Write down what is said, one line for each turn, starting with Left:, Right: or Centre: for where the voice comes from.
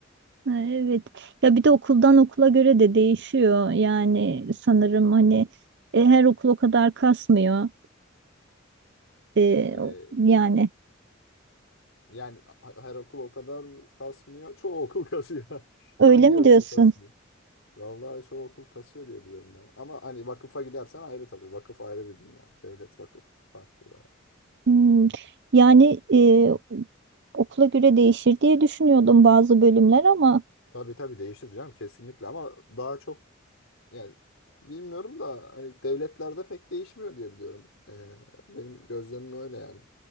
Right: Ha, Evet ya bir de okuldan okula göre de değişiyor yani sanırım hani e, her okul o kadar kasmıyor E,
Left: Ee,
Right: o- yani
Left: yani ha- her okul o kadar kasmıyor. Çoğu okul <laughs> kasıyor.
Right: öyle
Left: Hangi
Right: mi
Left: okul
Right: diyorsun?
Left: kasmıyor? Vallahi çoğu okul kasıyor diye biliyorum ya. Ama hani vakıfa gidersen ayrı tabii. Vakıf ayrı bir dünya. Devlet vakıf farklı.
Right: Hmm, Yani e, okula göre değişir diye düşünüyordum bazı bölümler ama
Left: Tabii tabii değiştireceğim kesinlikle ama daha çok yani bilmiyorum da hani devletlerde pek değişmiyor diye biliyorum. Ee, benim gözlemim öyle yani.